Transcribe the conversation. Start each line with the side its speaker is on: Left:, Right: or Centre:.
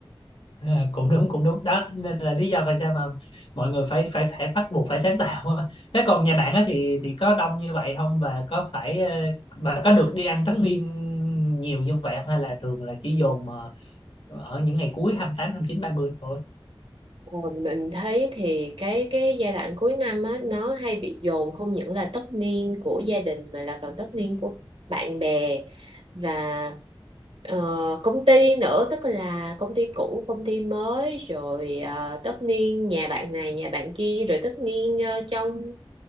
Left: À, cũng đúng cũng đúng đó nên là lý do tại sao mà mọi người phải phải phải bắt buộc phải sáng tạo á. thế còn nhà bạn á thì thì có đông như vậy không và có phải ờ, mà có được đi ăn tất niên nhiều như vậy không hay là thường là chỉ dồn ờ, ở những ngày cuối hai hai tám hai mươi chín ba mươi thôi.
Right: Ờ, Mình thấy thì cái cái giai đoạn cuối năm á nó hay bị dồn không những là tất niên của gia đình mà là còn tất niên của bạn bè và ờ, công ty nữa tức là công ty cũ công ty mới rồi ờ, tất niên nhà bạn này nhà bạn kia rồi tất niên ờ, trong